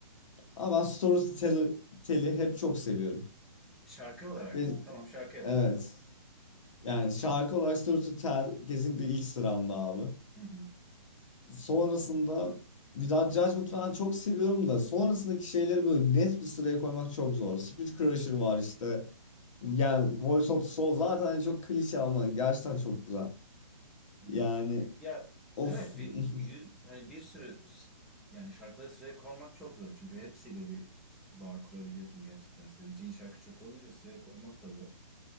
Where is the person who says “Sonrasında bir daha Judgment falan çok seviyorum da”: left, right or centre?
Left